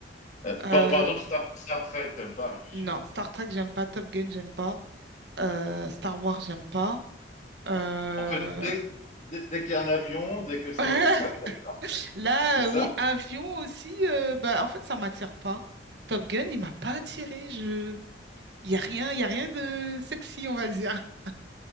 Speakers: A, on the left; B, on the right.
A: Euh,
B: Euh,
A: par, par exemple, Star, Star Trek, t'aimes pas, je
B: non,
A: suis sûr.
B: Star Trek, j'aime pas. Top Gun, j'aime pas. euh, Star Wars, j'aime pas. Euh,
A: En fait, dès, dès, dès qu'il y a un avion, dès que c'est
B: <laughs>
A: dans l'espace, t'as-
B: Là,
A: c'est ça.
B: euh, oui, avion aussi, euh, bah, en fait, ça m'attire pas. Top Gun, il m'a pas attiré. Je... Il y a rien, il y a rien de sexy, on va dire. <laughs>